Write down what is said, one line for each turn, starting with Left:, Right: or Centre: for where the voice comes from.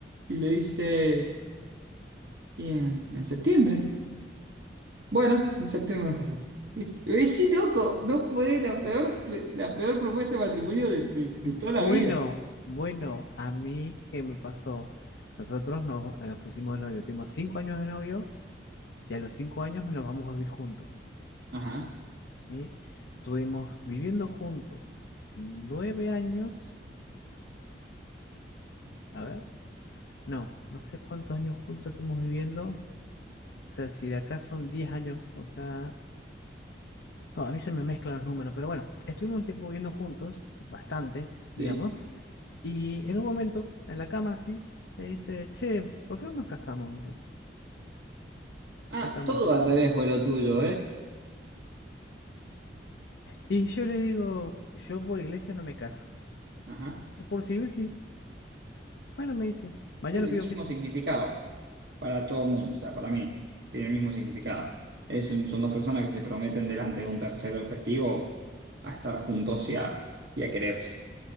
Right: Y le dice, ¿y en, en septiembre? Bueno, en septiembre nos casamos. ¿Viste? Y dice, sí, loco, no fue la peor, pe- la peor propuesta de matrimonio de, de- de
Left: Bu-
Right: toda la
Left: Bueno,
Right: vida.
Left: bueno, a mí, ¿qué me pasó? Nosotros nos eh, pusimos de novio, tuvimos cinco años de novio y a los cinco años nos vamos a vivir juntos,
Right: Ajá,
Left: ¿sí? Estuvimos viviendo juntos nueve años, a ver, no, no sé cuántos años juntos estuvimos viviendo, o sea, si de acá son diez años, o sea, no, a mí se me mezclan los números, pero bueno, estuvimos un tiempo viviendo juntos, bastante, digamos,
Right: sí.
Left: y en un momento, en la cama, así, me dice, che, ¿por qué no nos casamos? se
Right: Ah,
Left: tamó.
Right: todo al revés fue lo tuyo, ¿eh?
Left: Y yo le digo, yo por iglesia no me caso.
Right: Ajá.
Left: Si por civil sí. Bueno, me dice, mañana
Right: Tiene el
Left: pido
Right: mismo
Left: fecha.
Right: significado para todo el mundo, o sea, para mí, tiene el mismo significado. Es un- son dos personas que se prometen delante de un tercero testigo a estar juntos y a, y a quererse.